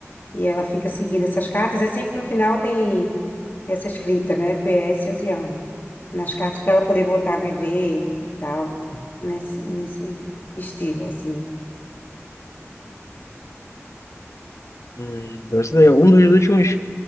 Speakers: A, on the left (about 40°); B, on the left (about 85°).
A: E ela fica seguindo essas cartas. É sempre no final tem essa escrita, né? PS, eu te amo. Nas cartas para ela poder voltar a viver e tal. Nesse, nesse estilo, assim.
B: Hum, gostei. Um dos últimos